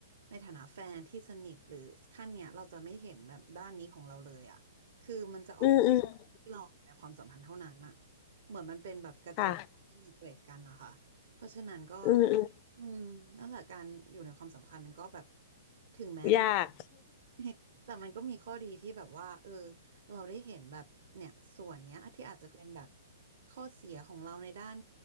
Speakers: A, on the right; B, on the left.
A: ในฐานะแฟนที่สนิทหรือขั้นเนี่ยเราจะไม่เห็นแบบด้านนี้ของเราเลยอ่ะคือมันจะออกมา
B: อืมอืม
A: ที่เราในความสัมพันธ์เท่านั้นอ่ะเหมือนมันเป็นแบบกระจกที่มีเกล็ดกันนะคะเพราะฉะนั้นก็
B: ค่ะอืมอืม
A: อืมนั่นแหละการอยู่ในความสัมพันธ์มันก็แบบถึงแม้มัน
B: ยาก
A: <laughs> แต่มันก็มีข้อดีที่แบบว่าเออเราได้เห็นแบบเนี่ยส่วนเนี้ยที่อาจจะเป็นแบบข้อเสียของเราในด้าน